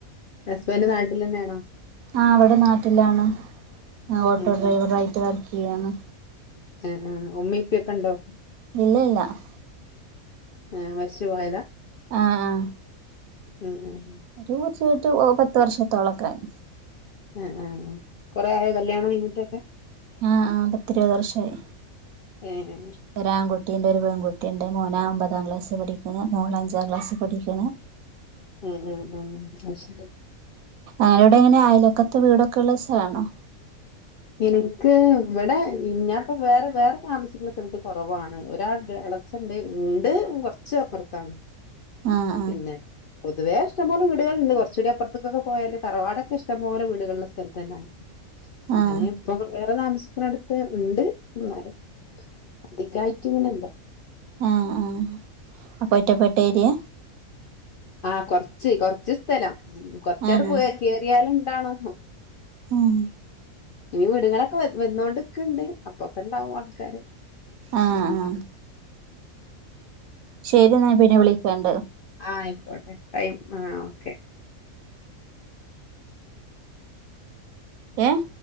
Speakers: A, on the left (about 60°); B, on the right (about 85°).
A: ഹസ്ബന്റ് നാട്ടിലെന്നെ ആണോ.
B: ആ ഇവിടെ നാട്ടിലാണ്. ഓട്ടോ
A: ഉം
B: ഡ്രൈവറായിട്ട് വർക്ക് ചെയ്യാണ്.
A: എഹ് എഹ് ആഹ് ഉമ്മി ഇപ്യക്കെ ഇണ്ടൊ
B: <inaudible>
A: ഏഹ് മരിച്ച് പോയതാ
B: ആഹ് ആഹ്
A: ഉം ഉം ഉം
B: പ്പ മരിച്ച് പോയിട്ട് പത്ത് വർഷത്തോളക്കായി
A: ആഹ് ആഹ് കൊറേ ആയൊ കല്യാണം കഴിഞ്ഞിട്ടൊക്കെ
B: ആഹ് ആഹ് പത്തിരുപത് വർഷായി.
A: ഏഹ്
B: ഒരാങ്കുട്ടീണ്ട് ഒരു പെൺകുട്ടീണ്ട് മോനാ ഒമ്പതാം ക്ലാസി പഠിക്കണ്. മോള് അഞ്ചാം ക്ലാസി പഠിക്കണ്.
A: ഉം ഉം ഉം അത് ശരി
B: ആരോടെ എങ്ങനെ അയൽവക്കെത്ത് വീടൊക്കെള്ള സ്ഥലാണോ
A: എനിക്ക് ഇവടെ ഞാ ഇപ്പൊ വേറെ വേറെ താമസിക്കുന്ന സ്ഥലത്ത് കൊറവാണ് ഒരാൾ <unintelligible> ച്ചണ്ട് ഉണ്ട് കൊറച്ച് അപ്പ്റത്താണ്
B: ആഹ്
A: പിന്നെ പൊതുവെ ഇഷ്ടം പോലെ വീടുകള് ഇണ്ട്. കൊറച്ചൂടി അപ്പ്റത്തേക്കൊക്കെ പോയാല് തറവാടൊക്കെ ഇഷ്ടം പോലെ വീടുകളുള്ള സ്ഥലത്ത് തന്നാരുന്നു. ഞാന്
B: ആഹ്
A: ഇപ്പൊ വേറെ താമസിക്ക്ണട്ത്ത് ഉണ്ട് എന്നാലും അധികായിട്ട് ഇങ്ങനില്ല.
B: ആഹ് ആഹ് അപ്പൊ ഒറ്റപ്പെട്ട ഏര്യാ
A: ആഹ് കൊറച്ച് കൊറച്ച് സ്ഥലം ഉം കൊറച്ചാട്
B: ആഹ്
A: പോയാ കയറിയാല് എന്താണ്.
B: ആഹ്
A: ഇനി വീടുകളൊക്കെ വന്നോണ്ട് ഇക്ക്ണ്ട്. അപ്പൊക്കെ ഇണ്ടാവും ആൾക്കാര്.
B: ആഹ്
A: ഉം
B: ആഹ് ശരി ഇന്നാ ഞാൻ പിന്നെ വിളിക്കേണ്ട്
A: ആയിക്കോട്ടെ ടൈം ആഹ് ഓക്കെ
B: ഏഹ്